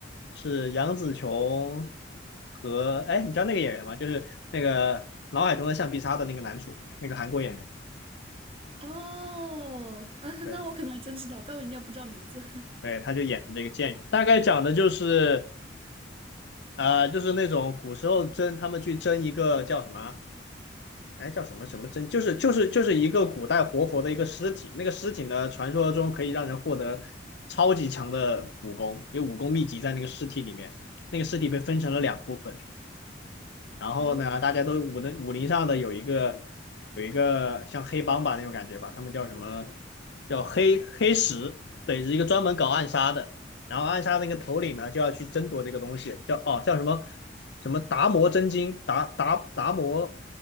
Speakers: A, on the left; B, on the right.
A: 是杨紫琼和哎，你知道那个演员吗？就是那个脑海中的橡皮擦的那个男主，那个韩国演员，
B: 哦，啊，
A: 对
B: 那我可能还真知道，但我应该不知道名字。<laughs>
A: 对，他就演的这个剑雨，大概讲的就是呃，就是那种古时候争他们去争一个叫什么啊哎，叫什么什么真，就是就是就是一个古代活佛的一个尸体，那个尸体呢，传说中可以让人获得超级强的武功，有武功秘籍在那个尸体里面，那个尸体被分成了两部分，然后呢，
B: 哦
A: 大家都武能武林上的有一个有一个像黑帮吧那种感觉吧，他们叫什么？叫黑黑石，对，是一个专门搞暗杀的。然后暗杀那个头领呢，就要去争夺这个东西，叫哦叫什么什么达摩真经，达达达摩，